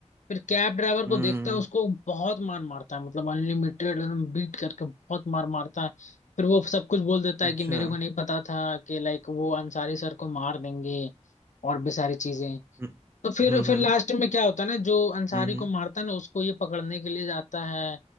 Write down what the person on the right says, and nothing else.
हम्म
अच्छा
हम्म
हम्म
हम्म
हम्म।